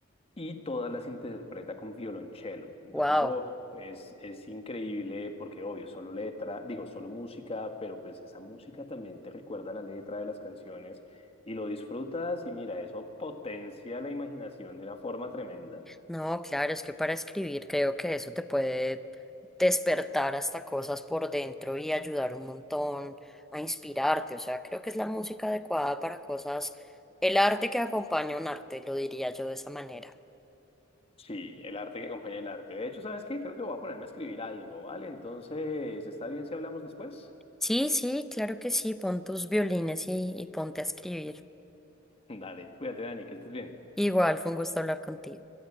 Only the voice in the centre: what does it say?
Wow.
No, claro, es que para escribir creo que eso te puede despertar hasta cosas por dentro y ayudar un montón a inspirarte. O sea, creo que es la música adecuada para cosas, el arte que acompaña un arte, lo diría yo de esa manera.
Sí, sí, claro que sí, pon tus violines y, y ponte a escribir.
Igual, fue un gusto hablar contigo.